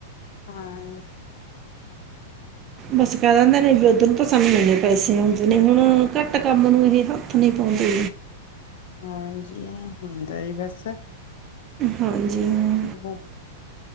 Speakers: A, on the left; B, on the right.
A: ਹਾਂ
B: ਬਸ ਕਹਿ ਦਿੰਦੇ ਨੇ <unintelligible> ਸਾਨੂੰ ਐਨੇ ਪੈਸੇ ਆਉਂਦੇ ਨੇ ਹੁਣ ਘੱਟ ਕੰਮ ਨੂੰ ਇਹ ਹੱਥ ਨੀ ਪਾਉਂਦੇ।
A: ਹਾਂਜੀ ਹੁੰਦਾ ਜੀ ਬਸ
B: ਹਾਂਜੀ ਹਾਂ
A: ਉਹ